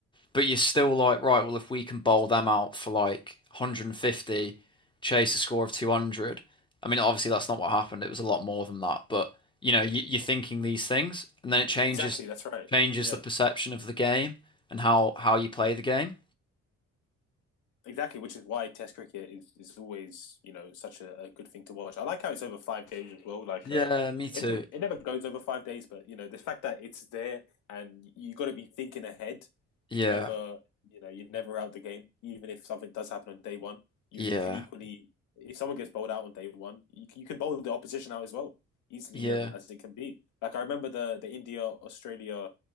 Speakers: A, on the left; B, on the left.
A: But you're still like, right, well, if we can bowl them out for like 150, chase a score of 200. I mean, obviously that's not what happened. It was a lot more than that. But you know, you, you're thinking these things, and then it changes
B: Exactly. That's right.
A: changes
B: Yeah.
A: the perception of the game and how how you play the game.
B: Exactly, which is why Test cricket is, is always, you know, such a, a good thing to watch. I like how it's over five days as well. Like,
A: Yeah,
B: uh,
A: me too.
B: it never, it never goes over five days, but you know, the fact that it's there and you got to be thinking ahead.
A: Yeah,
B: You never, you know, you're never out the game. Even if something does happen on day one, you
A: yeah,
B: you can equally, if someone gets bowled out on day one, you can, you can bowl the opposition out as well easily
A: yeah,
B: um, as it can be. Like I remember the the India Australia,